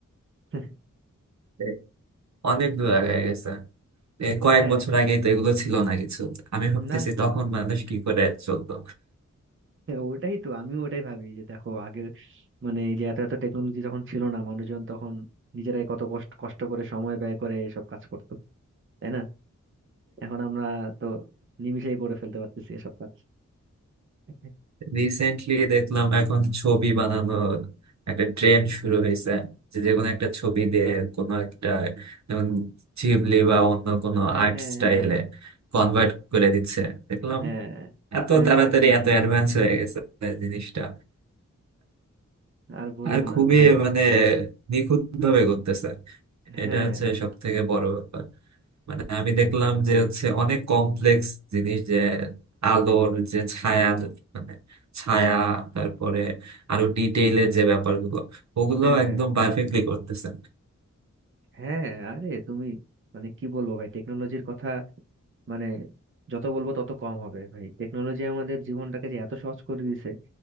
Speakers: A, on the right (about 45°); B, on the right (about 65°).
A: <laughs>
B: এই অনেক দূর আগায় গেছে এ কয়েক
A: হ্যাঁ
B: বছর আগেই তো এগুলো ছিল না কিছু আমি ভাবতেছি
A: না
B: তখন মানুষ কি করে চলতো
A: ওটাই তো আমিও ওটাই ভাবি যে দেখো আগের মানে এই যে এত এত টেকনোলজি যখন ছিল না মানুষজন তখন নিজেরাই কত কষ্ট কষ্ট করে সময় ব্যয় করে এসব কাজ করতো তাই না এখন আমরা তো নিমিষেই করে ফেলতে পারতেছি এসব কাজ <laughs>
B: রিসেন্টলি দেখলাম এখন ছবি বানানোর একটা ট্রেন্ড শুরু হয়েছে যে যে কোনো একটা ছবি দিয়ে কোনো একটা যেমন শিবলি বা অন্য কোনো
A: হ্যাঁ
B: আর্ট
A: হ্যাঁ
B: স্টাইলে
A: হ্যাঁ
B: কনভার্ট করে দিচ্ছে দেখলাম
A: হ্যাঁ
B: এত
A: হ্যাঁ
B: তাড়াতাড়ি
A: কার্টুনের
B: এত
A: মতো
B: অ্যাডভান্স হয়ে গেছে জিনিসটা
A: আর বলিও
B: আর খুবই
A: না ভাই
B: মানে নিখুঁত ভাবে করতেছে এটা
A: হ্যাঁ
B: হচ্ছে সব থেকে বড় ব্যাপার মানে আমি দেখলাম যে হচ্ছে অনেক কমপ্লেক্স জিনিস যে আলোর যে ছায়া মানে ছায়া তারপরে আরো ডিটেইলের যে ব্যাপারগুলো ওগুলো
A: হ্যাঁ হ্যাঁ
B: একদম পারফেক্টলি করতেছে
A: হ্যাঁ আরে তুমি মানে কি বলবো ভাই টেকনোলজির কথা মানে যত বলবো তত কম হবে ভাই টেকনোলজি আমাদের জীবনটাকে যে এত সহজ করে দিয়েছে